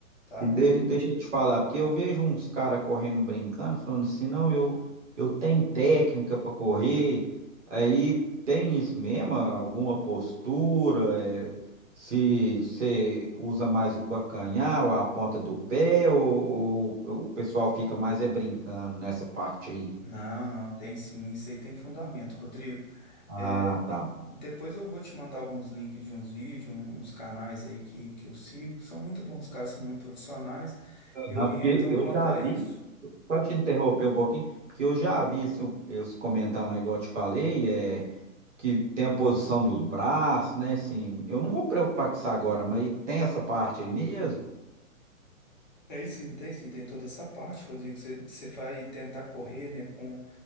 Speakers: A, on the left; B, on the right.
A: tá?
B: E de- deixa eu te falar, porque eu vejo uns caras correndo brincando, falando assim, não, eu, eu tenho técnica para correr, aí tem isso mesmo, alguma postura, é, se você usa mais o calcanhar ou a ponta do pé, ou, ou o pessoal fica mais é brincando nessa parte aí.
A: Não, não, tem sim, isso aí tem fundamento, Rodrigo.
B: Ah,
A: É,
B: tá.
A: depois eu vou te mandar alguns links de uns vídeos, um- uns canais aí que, que eu sigo. São muito bons, os caras são muito profissionais e orientam
B: Aham, porque eu
A: contra
B: já
A: isso.
B: vi, só te interromper um pouquinho, porque eu já vi assim, eles comentando lá, igual eu te falei, é. que tem a posição dos braços, né? Assim, eu não vou preocupar com isso agora, mas tem essa parte aí mesmo?
A: Tem sim, tem sim, tem toda essa parte, Rodrigo. Você você vai tentar correr, né, com